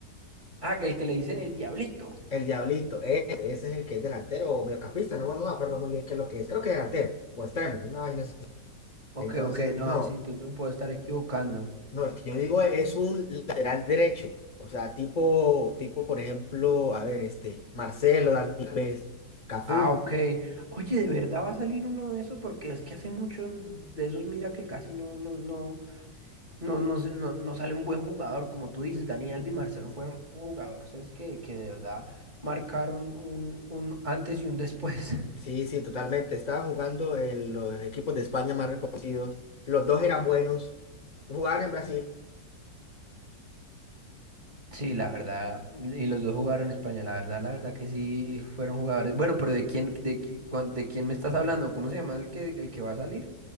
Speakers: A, on the right; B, on the left.
A: Ah, que el que le dicen el Diablito.
B: el Diablito, ese, ese es el que es delantero o mediocampista, no, no me acuerdo muy bien qué es lo que es, creo que delantero o extremo, una vaina así.
A: Ok,
B: Entonces,
A: ok, no,
B: no,
A: sí, entonces me puedo estar equivocando.
B: no, el que yo digo es un lateral derecho. O sea, tipo, tipo, por ejemplo, a ver, este, Marcelo, Dani Alves, Cafú.
A: Ah, ok. Oye, ¿de verdad va a salir uno de esos? Porque es que hace mucho de esos, mira que casi no, no, no, no, no, se- no, no sale un buen jugador. Como tú dices, Dani Alves y Marcelo fueron jugadores, es que, que de verdad marcaron un, un antes y un después.
B: Sí, sí, totalmente. Estaban jugando en los equipos de España más reconocidos. Los dos eran buenos. Jugaban en Brasil.
A: Sí, la verdad, y los dos jugaron España, la verdad, la verdad que sí fueron jugadores. Bueno, pero ¿de quién, de, qui- cuan- de quién me estás hablando? ¿Cómo se llama el que, el que va a salir?